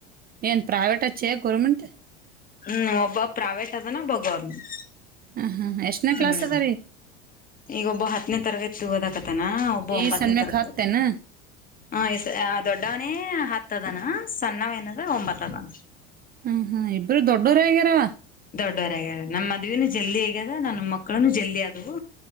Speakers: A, on the right; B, on the left.
A: ಏನ್ ಪ್ರೈವೇಟ್ಚ್ಚೇ ಗೌರ್ನಮೆಂಟ್
B: ಹ್ಮ್ ಒಬ್ಬ ಪ್ರೈವೇಟ್ ಅದಾನ ಒಬ್ಬ ಗೌರ್ಮೆಂಟ್
A: ಹಾಂ ಹಾಂ ಎಷ್ಟನೇ
B: ಹ್ಮ್
A: ಕ್ಲಾಸ್ ಅದ ರೀ
B: ಈಗ ಒಬ್ಬ ಹತ್ತನೇ ತರಗತಿ ಹದಕತಾನ ಒಬ್ಬ
A: ಈ
B: ಒಂಬತ್ತನೇ
A: ಸನ್ಮ್ಯಾಕ
B: ತರತಿ
A: ಹಾಕ್ತೇನ
B: ಹ ದೊಡ್ಡ ಮನ ಹತ್ತದನ ಸಣ್ಣವೇನದ ಒಂಬತ್ತುದನ
A: ಹ ಹಾ ಇಬ್ಬರು ದೊಡ್ಡೋರು ಹೇಗ್ಯಾರವ
B: ದೊಡ್ಡವರಗ ನಮ್ಮ ಮದ್ನುೂ ಜಲ್ದಿ ಹಗ್ಯದ ನಮ್ಮ ಮಕ್ಕಳನು ಜಲ್ದಿ ಆದವು